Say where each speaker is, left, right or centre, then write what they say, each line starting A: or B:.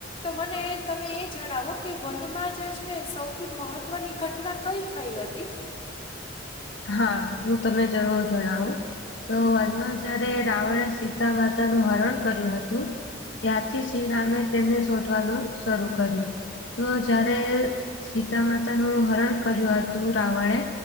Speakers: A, on the left; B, on the left.
A: તો મને તમે એ જણાવો કે વનમાં જે છે સૌથી મહત્વની ઘટના કઈ થઈ હતી?
B: હા હું તને જરૂર જણાવું તો વનમાં જયારે રાવણે સીતા માતાનું હરણ કર્યું હતું. ત્યારથી શ્રીરામે તેમને શોધવાનું શરૂ કર્યું. તો જારે સીતા માતાનું હરણ કર્યું હતું રાવણે